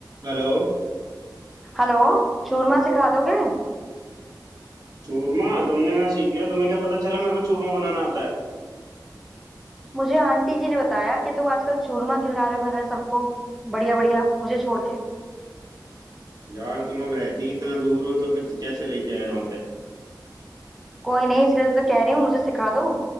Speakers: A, on the right; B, in the centre.
A: Hello
B: Hello Churma सिखा दोगे
A: चूरमा तुमने कहाँ सीख लिया तुम्हें क्या पता चला मेरे को चूरमा बनाना आता है
B: मुझे आंटी जी ने बताया कि तुम आजकल चूरमा खिला रहे हो घर में सबको बढ़िया बढ़िया मुझे छोड़ के
A: यार तुम अब रहती ही इतना दूर हो तो फिर तो कैसे लेके आए वहां पे
B: कोई नहीं इसलिए तो कह रही हूँ मुझे सिखा दो